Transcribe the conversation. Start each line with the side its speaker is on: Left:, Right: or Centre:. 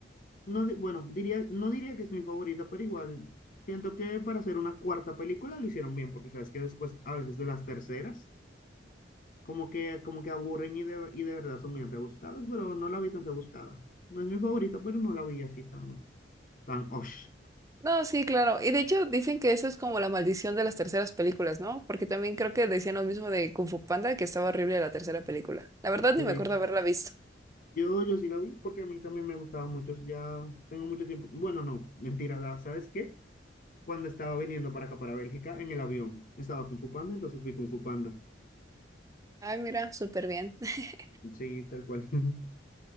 Left: no, di- bueno, diría, no diría que es mi favorita, pero igual, siento que para hacer una cuarta película lo hicieron bien, porque sabes que después, a veces de las terceras, Como que, como que aburren y de, y de verdad son bien rebuscadas, pero no la vi tan rebuscada. No es mi favorita, pero no la vi así tan, tan osh.
Right: No, sí, claro. Y de hecho dicen que eso es como la maldición de las terceras películas, ¿no? Porque también creo que decían lo mismo de Kung Fu Panda, que estaba horrible la tercera película. La verdad
Left: Sí.
Right: ni me acuerdo haberla visto.
Left: Yo, yo sí la vi porque a mí también me gustaba mucho. Ya tengo mucho tiempo. Bueno, no, mentira, la- ¿sabes qué? Cuando estaba viniendo para acá, para Bélgica, en el avión, estaba Kung Fu Panda, entonces vi Kung Fu Panda.
Right: Ay, mira, súper bien. <laughs>
Left: Sí, tal cual. <laughs>